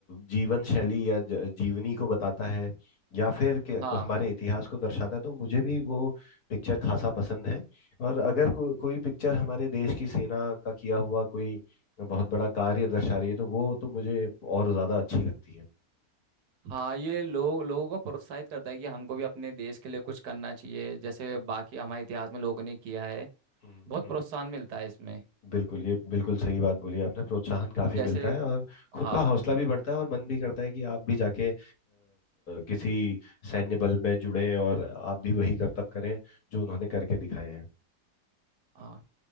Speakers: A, on the left (about 70°); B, on the right (about 85°).
A: जीवन शैली या ज- जीवनी को बताता है या फिर कि-
B: हाँ
A: क- हमारे
B: हाँ
A: इतिहास को दर्शाता है तो मुझे भी वो पिक्चर खासा पसंद है और अगर को, कोई पिक्चर हमारे देश की सेना का किया हुआ कोई बहुत बड़ा कार्य दर्शा रही है तो वो तो मुझे और ज्यादा अच्छी लगती है
B: हाँ ये लोग लोगों को प्रोत्साहित करता है कि हमको भी अपने देश के लिए कुछ करना चाहिए जैसे बाकी हमारे इतिहास में लोगों ने किया है
A: हम्म
B: बहुत
A: हम्म
B: प्रोत्साहन मिलता है इसमें
A: बिल्कुल ये बिल्कुल सही बात बोली आपने प्रोत्साहन काफी
B: जैसे
A: मिलता है और खुद
B: हाँ
A: का हौसला भी बढ़ता है और मन भी करता है कि आप भी जाके आ, किसी सैन्य बल में जुड़ें और आप भी वही करतब करें जो उन्होंने करके दिखाए हैं
B: हाँ